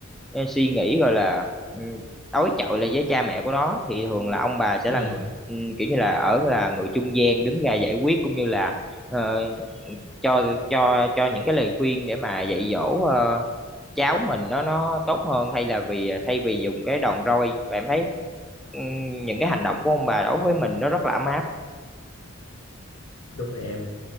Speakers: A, in the centre; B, on the left (about 70°).
A: cái suy nghĩ gọi là ừ, đối chọi lại với cha mẹ của nó thì thường là ông bà sẽ
B: ừ
A: là người ừ, kiểu như là ở là người trung gian đứng ra giải quyết cũng như là ờ, cho cho cho những cái lời khuyên để mà dạy dỗ ờ, cháu mình nó nó tốt hơn hay là vì thay vì dùng cái đòn roi và em thấy ừm, những cái hành động của ông bà đối với mình nó rất là ấm áp
B: đúng rồi em